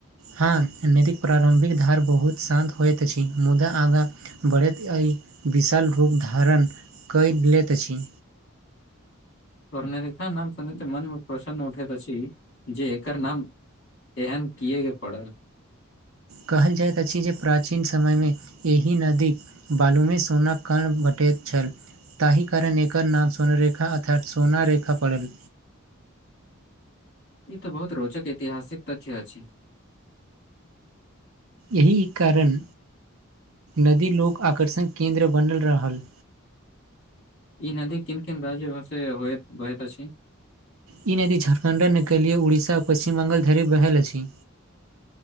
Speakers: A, on the right (about 80°); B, on the left (about 55°).
A: हँ निदिक प्रारम्भिक धार बहुत शान्त होइत अछि मुदा आगाँ बढ़ैत एहि विशाल रूप धारण कऽ लैत अछि
B: स्वर्णरेखा नाम सुने मनमे प्रसन्न उठैत अछि जे एकर नाम एहन किए के पड़ल
A: कहल जाइत अछि जे प्राचीन समयमे एहि नदीक बालूमे सोनााक कण भटैत छल ताहि कारण एकर नाम स्वर्णरेखा अर्थात सोना रेखा पड़ल
B: ई तऽ बहुत रोचक ऐतिहासिक तथ्य अछि
A: एहि कारण नदी लोक आकर्षण केन्द्र बनल रहल
B: ई नदी किन किन राज्य भ से होयेत बहत अछि
A: ई नदी झारखण्डक नकलय उड़ीसा आ पश्चिम बहल धरि बहल अछि